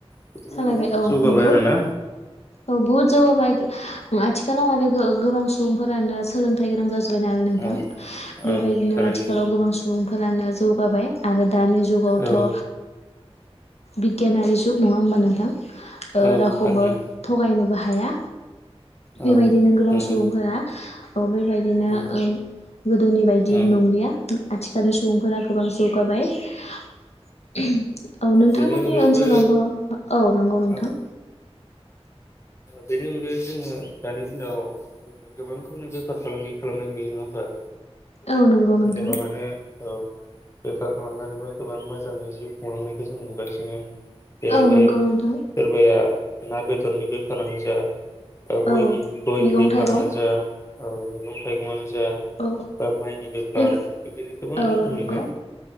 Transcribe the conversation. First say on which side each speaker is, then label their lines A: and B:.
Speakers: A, on the left; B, on the left.
A: बिदिनो
B: सालायबाय
A: गोबां
B: औ
A: जौगाबाय
B: नंगौ
A: आरोना
B: औ बहुद जौगाबाय आथि सिथिखानाव आरो गोबां सुबुंफोरानो सोलोंथाइ गोनां जाजोब्बाय नाल नोंथां
A: औ
B: बेबायदिनो
A: औ थारैनो
B: आथिखालाव गोबां सुबुंफोरानो जौगाबाय आरो। दानि जुगावथ'
A: औ
B: ओ बिगियनारि जुग नङाहोमबा नोंथां।
A: औ
B: रावखौबो
A: थारैनो
B: थगायनोबो हा हाया। बेबायदिनो
A: औ
B: गोबां
A: नंगौ
B: सुबुंफोरा औ बेबायदिनो
A: उम
B: ओ गोदोनि बायदि
A: औ
B: नंलिया आथि लि सुबुंफोरा गोबां जौगाबाय <inaudible> औ नोंथांमोननि
A: बेनि अनगायैबो
B: ओनसोलावबो औ नंगौ नोंथां।
A: औ बेनि अनगायै जोङो दानि दिनाव गोबांखौनो बेफार फालांगि खालामनाय नुयो नङा होमबा।
B: औ नंगौ नोंथां।
A: गोबाङानो औ बेफार खालामनानैबो गोबां मोजाङै जिउ खुंलांनायखौ जों नुगासिनो। जेरैहाय
B: औ नंगौ
A: सोरबाया
B: नोंथां
A: ना बेदरनि बो फोरानो जा। दा गयनि
B: औ
A: गयनि
B: मैगं
A: बेफारानो
B: थाइगं
A: जा औ मैगं थाइगंआनो जा
B: औ
A: बा माइनि बेफार
B: बे
A: बिदिनो गोबां
B: औ
A: रोखोमनि
B: नंगौ
A: ना